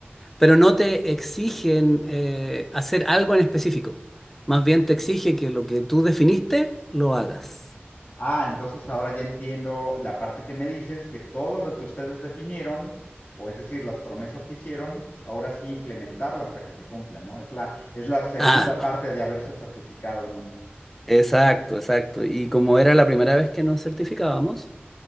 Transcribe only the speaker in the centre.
pero no te exigen eh, hacer algo en específico. Más bien te exige que lo que tú definiste lo hagas.
Ah,
exacto, exacto. Y como era la primera vez que nos certificábamos,